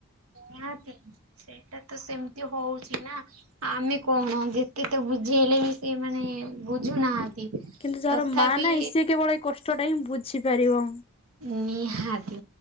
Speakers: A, on the right; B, on the left.
A: ନିହାତି ସେଇଟା ତ ସେମତି ହଉଛି ନା ଆମେ କଣ ଯେତେ ତ ବୁଝେଇଲେ ବି ସେ ମାନେ ବୁଝୁନାହାନ୍ତି।
B: କିନ୍ତୁ ଯାହାର
A: ତଥାପି
B: ମା ନାହିଁ ସିଏ କେବଳ ଏଇ କଷ୍ଟଟା ହିଁ ବୁଝିପାରିବ।
A: ନିହାତି